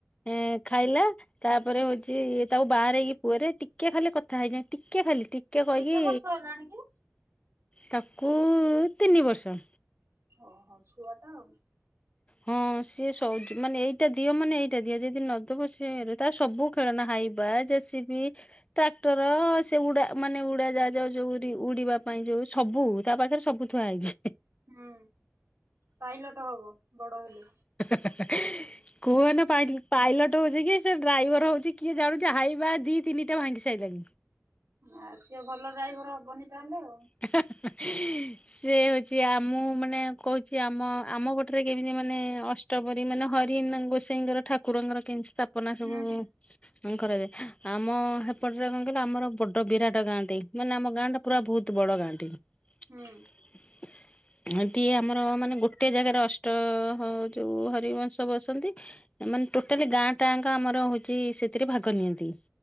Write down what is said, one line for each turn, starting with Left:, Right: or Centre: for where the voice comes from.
Left: ଇଁ ଖାଇଲା। ତାପରେ ହଉଛି ତାକୁ ବାରେଇକି ପୁଅରେ ଟିକେ ଖାଲି କଥା ହେଇଯାଇ ଟିକେ ଖାଲି ଟି ଟିକେ କହକି
Right: କେତେ ବର୍ଷ ହେଲାଣି କି?
Left: ତାକୁ ତିନି ବର୍ଷ।
Right: ଓହୋ ଛୁଆ ଟା ଆଉ।
Left: ହଁ ସିଏ ସ ମାନେ ଏଇଟା ଦିଅ ମାନେ ଏଇଟା ଦିଅ ଯଦି ନଦବ ସିଏ ତାର ସବୁ ଖେଳନା ହାଇବା ଜେସିବି। ଟ୍ରାକ୍ଟର ସେ ଉଡା ମାନେ ଉଡାଜାହାଜ ଯାଉ ଯୋଉ ଉଡିବା ପାଇଁ ଯୋଉ ସବୁ ତା ପାଖରେ ସବୁ। ଥୁଆ ହେଇଛି।
Right: ହୁଁ ପାଇଲଟ ହବ। ବଡ ହେଲେ।
Left: <inaudible> କୁହନା ପାଇଲଟ ହଉଛି କି ସେ ଡ୍ରାଇଭର ହଉଛି କିଏ ଜାଣୁଛି ହାଇବା ଦି ତିନିଟା ଭାଙ୍ଗି ସାଇଲାଣି।
Right: ଆ ସିଏ ଭଲ ଡ୍ରାଇଭର ହବନି ତାହେଲେ ଆଉ।
Left: <inaudible> ସେ ହଉଛି ଆ ମୁଁ ମାନେ କହୁଛି ଆମ ଆମ ପଟରେ କେମିତି ମାନେ ଅ। ଷ୍ଟପରି ମାନେ ହରି ଗୋସାଇଙ୍କର ଠାକୁରଙ୍କର କେମତି ସ୍ଥାପନା ସବୁ।
Right: ହୁଁ ହୁଁ
Left: କଣ କରାଯାଏ ଆମ ସେପଟରେ କଣ କହିଲ ଆମର ବଡ ବିରାଟ ଗାଁ ଟେ ମାନେ ଆମ ଗାଁ ଟା ପୁରା ବହୁତ। ବଡ ଗାଁ ଟେ।
Right: ହୁଁ।
Left: <inaudible> ଦିଏ ଆମର ମାନେ ଗୋଟେ ଜାଗାରେ ଅଷ୍ଟ ଯୋଉ ହରିବଂଶ ବସନ୍ତି। ମାନେ ଟୋଟାଲି ଗାଁ ଟାଁ ଆମର ହଉଛି ସେଥିରେ ଭାଗ ନିଅନ୍ତି।